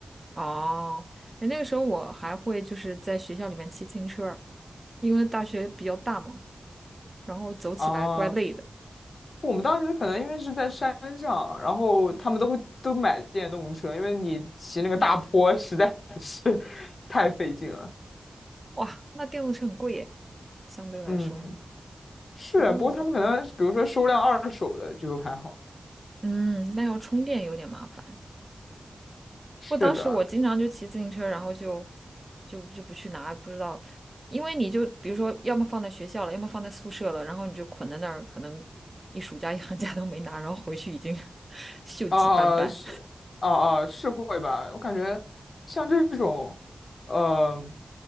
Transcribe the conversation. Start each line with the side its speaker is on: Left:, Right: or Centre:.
Right: 哦，哎，那个时候我还会就是在学校里面骑自行车儿因为大学比较大嘛，然后走起来怪累的。
Left: 啊。我们当时可能因为是在山上，然后他们都会都买电动车，因为你骑那个大坡实在是
Right: 哇
Left: <laughs> 太费劲了。
Right: 哇，那电动车很贵耶，相对来说。
Left: 嗯，是，
Right: 哦，
Left: 不过他们可能比如说收辆二手的就还好。
Right: 嗯，那要充电有点麻烦。
Left: 是的，
Right: 不，当时我经常就骑自行车，然后就就就不去拿，不知道，因为你就比如说，要么放在学校了，要么放在宿舍了，然后你就捆在那儿，可能一暑假一 <laughs> 寒假都没拿，然后回去已经 <laughs> 锈迹斑斑。
Left: 啊是，啊哦，是会吧？我感觉像这种，呃，